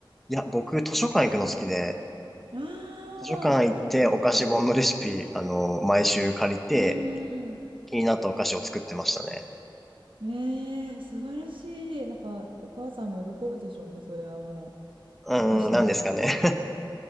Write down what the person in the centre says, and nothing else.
いや、僕、図書館行くの好きで、
図書館行ってお菓子本のレシピ、
あの、毎週借りて、
気になったお菓子を作ってましたね。
うーん、
なんですかね。